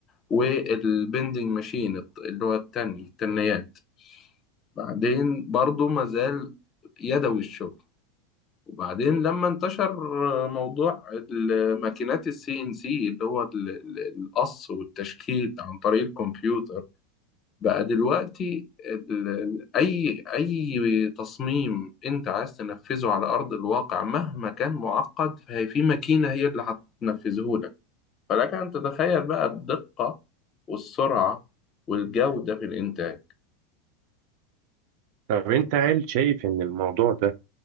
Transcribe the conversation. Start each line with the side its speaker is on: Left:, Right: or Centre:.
Left: والبندنج ماشين الت- اللي هو التني التنيات بعدين برضو ما زال يدوي الشغل وبعدين لما انتشر موضوع الماكينات السي ان سي اللي هو ال- ال- القص والتشكيل عن طريق الكمبيوتر بقى دلوقتي ال- ال- أي أي تصميم أنت عايز تنفذه على أرض الواقع مهما كان معقد فهي في ماكينة هي اللي هتنفذه لك فلك أن تتخيل بقى الدقة والسرعة والجودة في الإنتاج
Right: طب انت هل شايف ان الموضوع ده